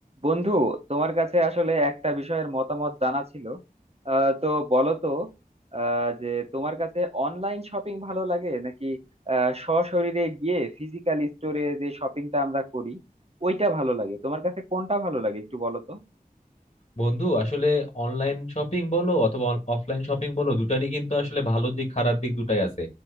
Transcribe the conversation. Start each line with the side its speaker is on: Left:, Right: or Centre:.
Right: বন্ধু তোমার কাছে আসলে একটা বিষয়ের মতামত জানা ছিল আহ, তো বলো তো আহ, যে তোমার কাছে অনলাইন শপিং ভালো লাগে নাকি আহ, সশরীরে গিয়ে ফিজিক্যাল স্টোরে যে শপিংটা আমরা করি ওইটা ভালো লাগে তোমার কাছে কোনটা ভালো লাগে একটু বলো তো
Left: বন্ধু আসলে online shopping বলো অথবা অফলাইন শপিং বলো দুটারই কিন্তু আসলে ভালো দিক খারাপ দিক দুটাই আছে